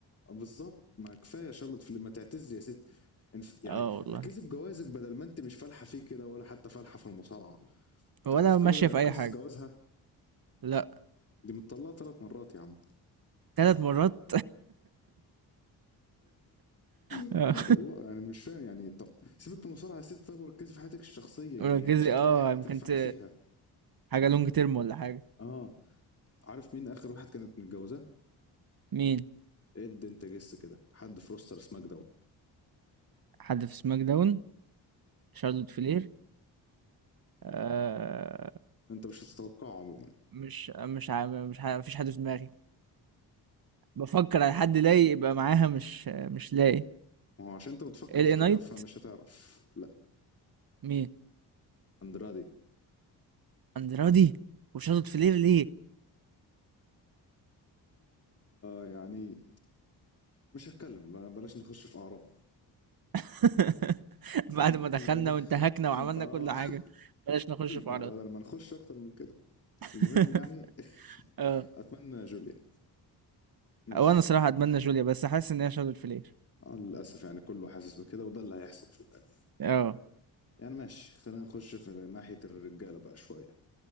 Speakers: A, on the left (about 30°); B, on the right (about 50°).
A: بالظبط ما كفايه شارلوت فلين ما تعتزلي يا ست انف- يعني
B: اه والله
A: ركزي في جوازك بدل ما انت مش فالحه فيه كده ولا حتى فالحه في المصارعه انت
B: ولا
A: عارف
B: ماشية
A: ق-
B: في اي
A: قصص
B: حاجة
A: جوازها
B: لا
A: دي متطلقه ثلاث مرات يا عم
B: ثلاث مرات
A: <laughs>
B: <laughs> آه.
A: والله يعني مش فاهم يعني طب سيبك من المصارعه يا ست طب وركزي في حياتك الشخصيه يعني
B: ركزي
A: مش هتلاقي
B: اه
A: حاجه
B: يمكن
A: تنفعي
B: ت...
A: فيها
B: حاجة لونج تيرم ولا حاجة
A: اه عارف مين اخر واحد كانت متجوزاه؟
B: مين
A: اد انت جس كده حد في روستر سماك داون
B: حد في سماك داون شارلوت فلير آه
A: انت مش هتتوقعه عموما
B: مش مش عا- مش عا- مفيش حد في دماغي بفكر على حد لاقي يبقى معاها مش مش لاقي
A: وهو عشان انت بتفكر
B: ال
A: في
B: اي نايت
A: كده فمش هتعرف لا
B: مين
A: اندرادي
B: اندرادي وشارلوت فلير ليه
A: يعني مش هتكلم ب- بلاش نخش في اعراض
B: <laughs> بعد ما
A: <laughs>
B: دخلنا وانتهكنا وعملنا
A: <applause> اه
B: كل حاجه بلاش نخش في
A: بدل
B: عرض
A: ما نخش اكتر من كده
B: <laughs>
A: المهم يعني
B: اه
A: اتمنى جوليا ماشي
B: وانا صراحه اتمنى جوليا بس حاسس ان هي شارلوت فلير
A: آه، للاسف يعني كله حاسس بكده وده اللي هيحصل في الغالب
B: اه
A: يعني ماشي خلينا نخش في ناحيه الرجاله بقى شويه